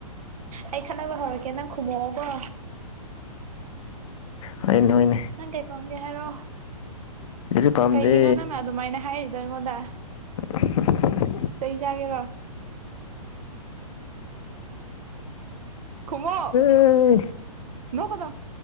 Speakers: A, on the right; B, on the left.
A: ꯑꯩ ꯈꯠꯅꯕ ꯍꯧꯔꯛꯀꯦ ꯅꯪ ꯈꯨꯝꯃꯛꯑꯣꯒꯣ
B: ꯍꯣꯏꯅꯦ ꯍꯣꯏꯅꯦ
A: ꯅꯪ ꯀꯩ ꯄꯥꯝꯒꯦ ꯍꯥꯏꯔꯣ
B: ꯀꯩꯁꯨ ꯄꯥꯝꯗꯦ
A: ꯀꯩꯒꯤꯅꯣ ꯅꯪꯅ ꯑꯗꯨꯃꯥꯏꯅ ꯍꯥꯏꯔꯤꯗꯣ ꯑꯩꯉꯣꯟꯗ
B: <unintelligible>
A: ꯆꯩ ꯆꯥꯒꯦꯔꯣ ꯈꯨꯝꯃꯣ
B: ꯑꯦ
A: ꯅꯣꯛꯀꯅꯣ